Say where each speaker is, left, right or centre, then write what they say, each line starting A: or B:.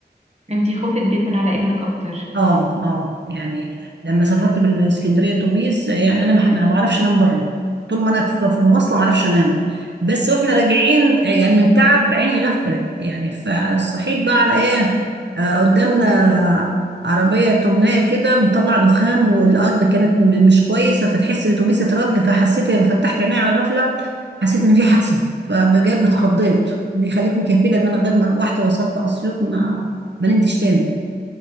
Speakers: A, on the right; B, on the right.
A: انتي خوفك بيكون على ابنك أكتر
B: اه اه يعني لما سافرت بالاسكندريه اتوبيس يعني انا ما ما بعرفش انام بره طول ما انا في في مواصله ما اعرفش انام بس واحنا راجعين يعني من تعب عيني غفلت يعني فصحيت بقى على ايه آه قدامنا عربيه تمنايه كده بتطلع دخان والارض كانت م- مش كويسه فتحس الاتوبيس اترج فحسيت لما فتحت عيني على غفله حسيت ان في حادثه فبجد اتخضيت دي خلتني كفيله ان انا لغايه ما روحت وصلت اسيوط ما ما نمتش تاني